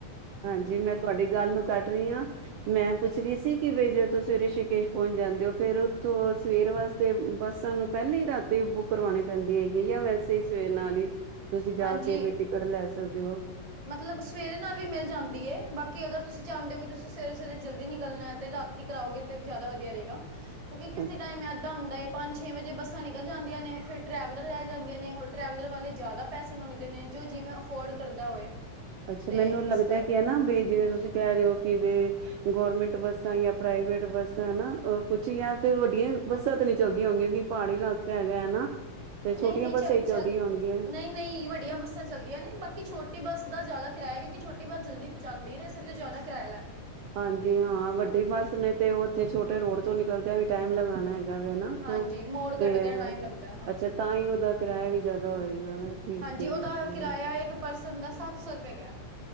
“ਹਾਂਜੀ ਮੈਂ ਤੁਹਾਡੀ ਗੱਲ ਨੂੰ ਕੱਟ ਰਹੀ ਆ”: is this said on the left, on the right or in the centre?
Right